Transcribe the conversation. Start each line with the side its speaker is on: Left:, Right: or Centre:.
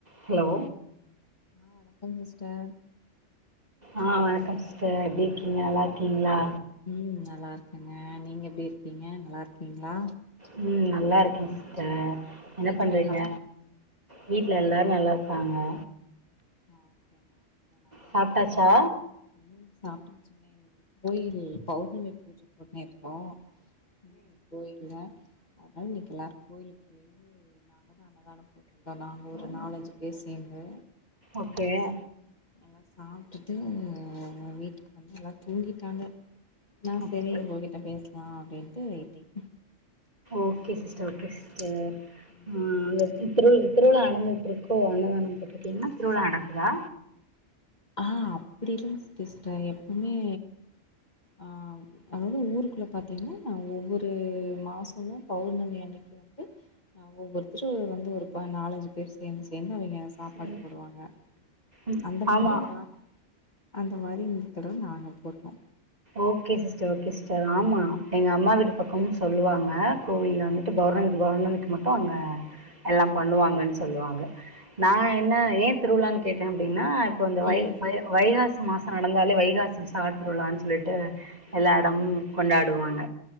Right: hello
Left: ஆ வணக்கம் sister
Right: ஆ வணக்கம் சஸ்டர் எப்டி இருக்கீங்க நல்லா இருக்கீங்ளா
Left: ம் நல்லா இருக்கேங்க நீங்க எப்டி இருக்கீங்க நல்லா இருக்கீங்ளா
Right: ம் நல்லா இருக்கே சிஸ்டர் என்ன
Left: வீட்ல
Right: பண்றீங்க
Left: எல்லா
Right: வீட்ல
Left: நான்
Right: எல்லாரு நல்லா இருக் அங்க
Left: ஆ ஓகேங்க ஓகேங்ண்ணா
Right: சாப்ட்டாச்சா
Left: ம் சாப்பிட்டுச்சுங்க இன்னைக்கு கோயில் பௌர்ணமி பூஜ பண்ணி இருந்தோ ம் கோயில அதனால இன்னைக்கு எல்லாரு கோயிலுக்கு பேயி நாங்க தா அன்னதானம் போட்ருந்தோ நாங்க ஒரு நாலுஞ்சு பேர் சேந்து
Right: ஓகேயா
Left: எல்லா சாப்பிட்டுட்டு வீட்டுக்கு வந்து எல்லா தூங்கிட்டாங்க நா
Right: அப்
Left: சரி உங்ககிட்ட பேசலா அப்டின்ட்டு waiting
Right: okay sister okay sister
Left: ம்
Right: <unintelligible> திருவிழா அ நடந்துகட்டு இர்க்கோ அன்னதானோ போட்ருக்கீங்கன்னா திருவிழா நடக்குதோ
Left: ஆ அப்டில்ல சிஸ்டர் எப்பவுமே ஆ அதாவுது ஊருக்குள்ள பாத்தீங்கன்னா நா ஒவ்வொரு மாசமு பௌர்ணமி அன்னக் வந்து நாங்க ஒவ்வொருத்தரு வந்து ஒரு நாலஞ்சு பேர் சேந்து சேந்து அவுங்க சாப்பாடு
Right: சரி
Left: போடுவாங்க
Right: ம்
Left: அந்த மாதிரி
Right: ஆமா
Left: நா அந்த மாதிரி இந்த தடவ நாங்க photo
Right: okay sister okay sister ஆமா எங்க அம்மா வீட்டு பக்கோனு சொல்லுவாங்க கோவில்ல வந்துட்டு பௌர்ணமிக்கு பௌர்ணமிக்கு மட்டு அங்க எல்லா பண்ணுவாங்கன்னு சொல்லுவாங்க நா என்ன ஏ திருவிழான்னு கேட்டே அப்டின்னா இப்போ இந்த
Left: ம்
Right: வை வ வைகாசி மாசோ நடந்தாலே வைகாசி விசால திருவிழாலானு சொல்லிட்டு எல்லா எடமும்
Left: ஆ
Right: கொண்டாடுவாங்க